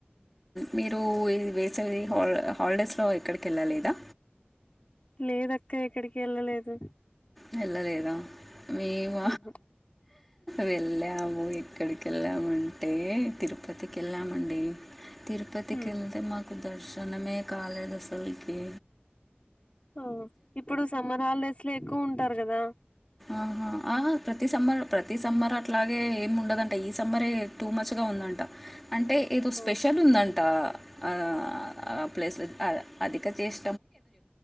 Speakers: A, in the centre; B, on the left.
A: మీరు ఇ వేసవి హాల్ హాలిడేస్ లో ఎక్కడికి వెళ్ళలేదా
B: లేదక్క ఎక్కడికి ఎళ్ళలేదు
A: వెళ్ళలేదా మేమ
B: ఆహా
A: వెళ్ళాము ఎక్కడికే కెళ్ళామంటే తిరుపతికి వెళ్ళామండి తిరుపతికి
B: ఉమ్
A: వెళ్తే మాకు దర్శనం దర్శనమే కాలేదు అసల్కి
B: ఓ ఇప్పుడు సమ్మర్ హాలిడేస్ లో ఎక్కువ ఉంటారు కదా
A: ఆహా ఆహా ప్రతి సమ్మర్ ప్రతి సమ్మర్ అట్లాగే ఏమి ఉండదంట ఈ సమ్మరే టూ మచ్ గా ఉంది ఉందట అంటే ఏదో స్పెషల్
B: ఓ
A: ఉందంట ఆ ఆ ప్లేస్లో అధిక చేస్